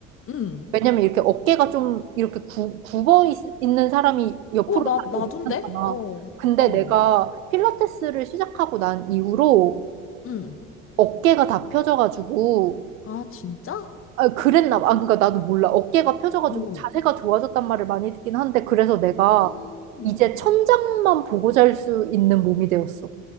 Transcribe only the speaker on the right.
왜냐면 이렇게 어깨가 좀 이렇게 구, 굽어 있, 는 사람이 옆으로
자도
괜찮잖아.
근데
내가 필라테스를 시작하고 난 이후로
어깨가 다 펴져가지고
아, 그랬나 봐. 아, 그러니까 나도 몰라. 어깨가 펴져가지고
자세가 좋아졌단 말을 많이 듣긴 한데 그래서 내가
이제 천장만 보고 잘 수 있는 몸이 되었어.